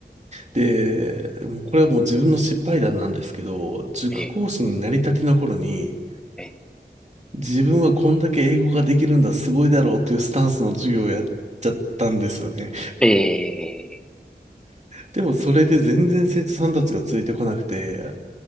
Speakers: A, on the right; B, in the centre.
A: で、もうこれはもう自分の失敗談なんですけど、塾講師になりたての頃に、
B: ええ、え
A: 自分はこんだけ英語ができるんだ、すごいだろうっていうスタンスの授業をやっちゃったんですよね。
B: え、ええ、
A: でもそれで全然生徒さんたちがついてこなくて、